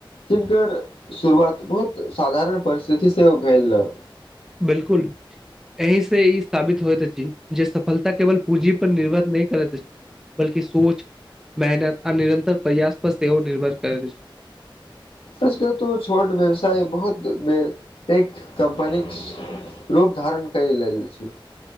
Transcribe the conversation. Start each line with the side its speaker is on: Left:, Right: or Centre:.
Left: जिनकर शुरुआत बहुत साधारण परिस्थितिसं भेल रहए
Centre: बिलकुल एहि से ई साबित होइत अछि जे सफलता केवल पूंजी पर निर्भर नहि करैत अछि बल्कि सोच, मेहनत आ निरन्तर प्रयास पर सेहो निर्भर करैत अछि।
Left: सच कहु त छोट व्यवसाय बहुत बेर पैघ कम्पनी रूप धारण कय लेल अछि।